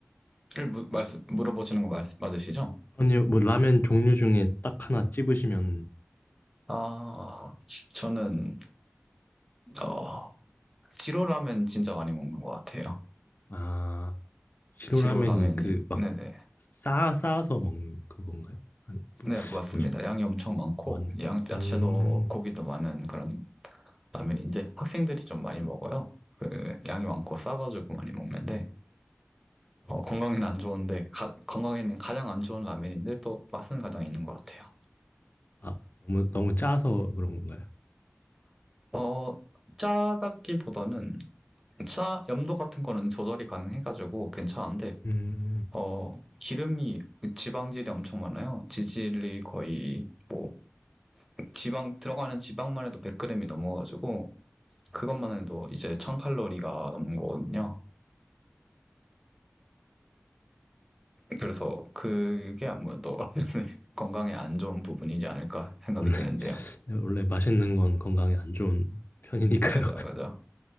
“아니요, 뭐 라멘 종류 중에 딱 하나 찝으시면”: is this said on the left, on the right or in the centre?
Left